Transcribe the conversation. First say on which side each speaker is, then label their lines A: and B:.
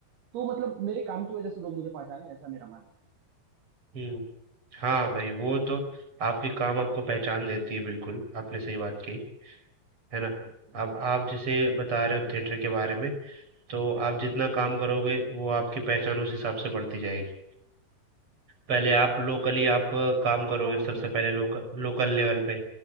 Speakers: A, on the right (about 70°); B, on the right (about 30°).
A: तो मतलब मेरे काम की वजह से लोग मुझे पहचाने ऐसा मेरा मानना
B: हुँ। हाँ भाई, वो तो आपके काम आपको पहचान देती है बिल्कुल, आपने सही बात कही, है ना?
A: है तो
B: अब आप जैसे बता रहे हो
A: वही
B: थिएटर
A: बात
B: के
A: है
B: बारे में, तो आप जितना काम करोगे वो
A: हम्म
B: आपकी पहचान उस हिसाब से बढ़ती जाएगी। पहले आप लोकली आप अ, काम करोगे
A: हाँ वो
B: सबसे
A: तो है
B: पहले लोकल लोकल लेवल पे,